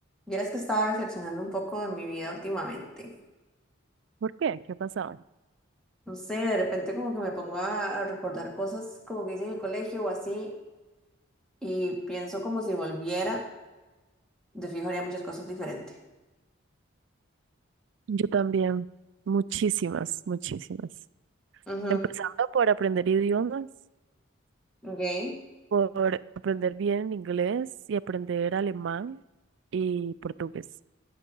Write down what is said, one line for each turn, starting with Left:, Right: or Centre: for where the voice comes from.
Centre: Vieras que estaba reflexionando un poco de mi vida últimamente.
Right: ¿Por qué? ¿Qué ha pasado?
Centre: No sé, de repente como que me pongo a, a recordar cosas como que hice en el colegio o así y pienso como si volviera, de fijo haría muchas cosas diferentes.
Right: Yo también, muchísimas, muchísimas.
Centre: Ujú,
Right: Empezando por aprender idiomas,
Centre: ok,
Right: por aprender bien inglés y aprender alemán y portugués.